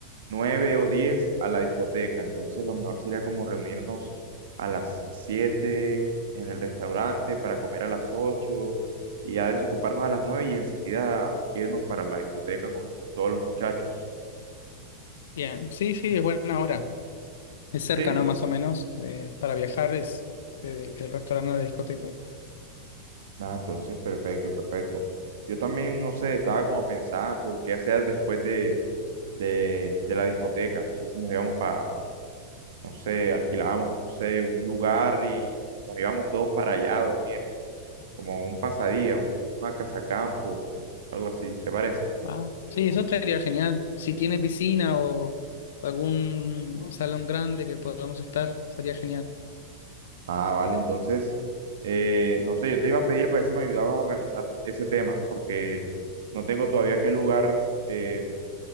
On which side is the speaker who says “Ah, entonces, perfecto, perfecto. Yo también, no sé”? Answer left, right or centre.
Right